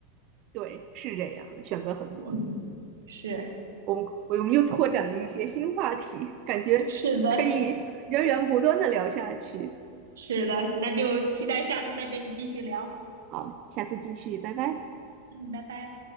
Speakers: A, on the right; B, on the right.
A: 对，是这样的，选择很多。
B: 嗯，是
A: 我们我们又拓展了一些新话题，感觉可以源源不断的聊下去。
B: <laughs> 是的，是的，那就期待下次再跟你继续聊。
A: 好，下次继续，拜拜。
B: 嗯，拜拜。